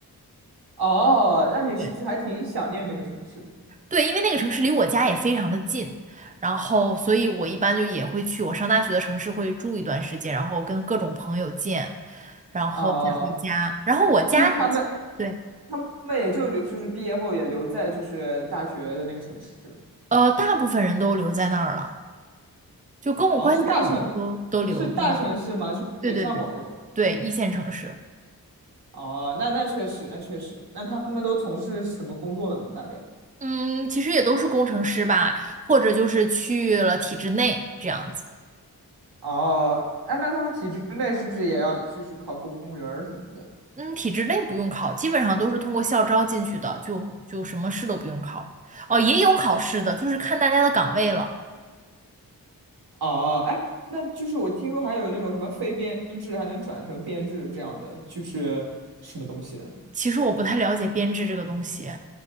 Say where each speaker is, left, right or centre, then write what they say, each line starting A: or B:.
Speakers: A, on the right; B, on the right.
A: 哦，那你是不是还挺想念那个城市的？
B: 对对，因为那个城市离我家也非常的近，然后所以我一般就也会去我上大学的城市会住一段时间，然后跟各种朋友见，然后再回家。
A: 哦，
B: 然后我家里，
A: 就是他们，
B: 对，
A: 他们也就留，就是毕业后也留在就是大学的那个城市了。
B: 呃，大部分人都留在那儿了，就跟我关系好的都都留在那儿。
A: 哦，是大城，是大城市吗？是北上广这种？
B: 对对对，对，一线城市。
A: 哦，那那确实，那确实，那他们都从事什么工作了呢？大概？
B: 嗯，其实也都是工程师吧，或者就是去了体制内这样子。
A: 哦，哎，那他们体制内是不是也要就是考公务员儿什么的？
B: 嗯，体制内不用考，基本上都是通过校招进去的，就就什么试都不用考。哦，也有考试的，就是看大家的岗位了。
A: 哦，哎，那就是我听说还有那种什么非编制还能转成编制这样的，就是什么东西的？
B: 其实我不太了解编制这个东西，